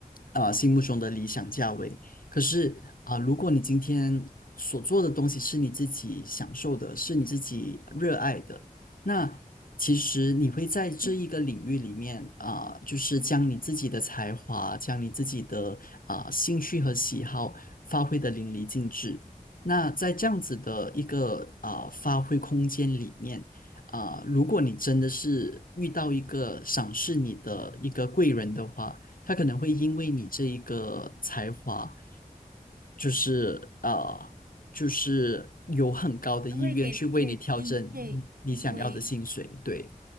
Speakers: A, on the left; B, on the right.
A: 啊、心目中的理想价位，可是啊、如果你今天所做的东西是你自己享受的，是你自己热爱的。那其实你会在这一个领域里面啊、就是将你自己的才华，将你自己的啊、兴趣和喜好发挥得淋漓尽致。那在这样子的一个啊、发挥空间里面啊、如果你真的是遇到一个赏识你的一个贵人的话，他可能会因为你这一个才华。就是呃，就是有很高的意愿去为你调整你你想要的薪水。
B: 还会给你一些低配机会。
A: 对，